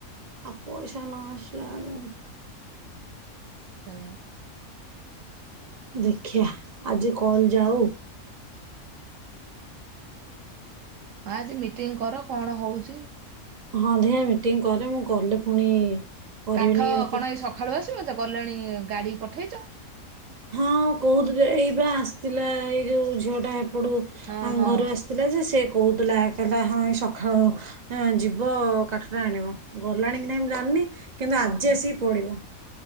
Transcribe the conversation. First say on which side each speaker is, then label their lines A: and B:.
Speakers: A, on the right; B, on the right.
A: ଆଉ ପଇସା ନ ଆସିଲା ଆଳୁ
B: ସେଇଆ।
A: ଦେଖିବା ଆଜି କଲ୍ ଯାଉ
B: ହଁ ଆଜି ମିଟିଂ କର କଣ ହଉଚି
A: ହଁ ଦେ ମିଟିଂ କରେ ମୁଁ କଲେ ପୁଣି କରିବିନି
B: କାଠ
A: କି ତତେ
B: କଣ ଏଇ ସକାଳୁ ଆସିବ ଜ ଗଲେଣି ଗାଡି ପଠେଇଚ?
A: ହଁ କହୁଥିଲ ଏଇ ବା ଆସିଥିଲା ଏଇ ଯୋଉ ଝିଅ ଟା ହେପଟୁ
B: ହଁ ହଁ
A: ଘରୁ ଆସି ଥିଲା ଯେ ସିଏ କହୁଥିଲା କଇଲା ହଁ ଏ ସଖାଳୁ ହଁ ଯିବ କାଠଟା ଆଣିବ ଗଲାଣି କି ନାହିଁ ମୁ ଜାଣିନି କିନ୍ତୁ ଆଜି
B: ଓହୋ
A: ଆସିକି ପଡିବ।